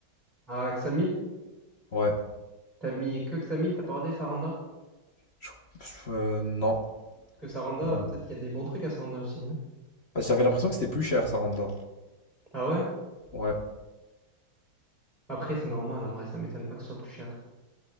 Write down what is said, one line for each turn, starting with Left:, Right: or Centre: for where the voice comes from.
Centre: À Xamil?
Left: Ouais.
Centre: T'as mis que Xamil, t'as pas regardé Saranda?
Left: Je- euh, non.
Centre: Parce que Saranda,
Left: Non.
Centre: peut-être qu'il y a des bons trucs à Saranda aussi. hein.
Left: J'avais l'impression que c'était plus cher, Saranda.
Centre: Ah ouais?
Left: Ouais.
Centre: Après, c'est normal en vrai, ça m'étonne pas que ce soit plus cher.